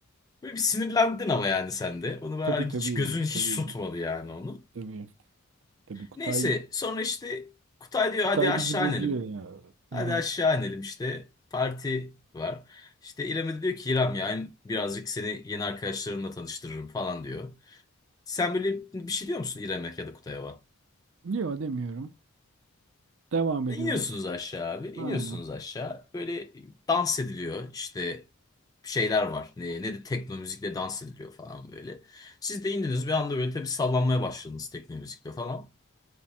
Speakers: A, on the left; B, on the right.
A: Böyle bir sinirlendin ama yani sen de. Onu ben
B: Tabii tabii
A: hiç gözün hiç
B: tabii
A: tutmadı yani onu.
B: tabii tabii Kutay
A: Neyse sonra işte Kutay diyor
B: Kutay
A: hadi aşağı
B: bizi bozuyor
A: inelim.
B: ya.
A: Hadi
B: Hı hı.
A: aşağı inelim işte parti var. İşte İrem'e de diyor ki İrem ya hem birazcık seni yeni arkadaşlarımla tanıştırırım falan diyor. Sen böyle bir şey diyor musun İrem'e ya da Kutay'a?
B: Yok demiyorum. Devam ediyoruz.
A: "E, İniyorsunuz aşağı abi iniyorsunuz
B: Aynen.
A: aşağı. Böyle dans ediliyor işte şeyler var. Ne, ne de tekno müzikle dans ediliyor falan böyle. Siz de indiniz bir anda böyle tabii sallanmaya başladınız tekno müzikle falan.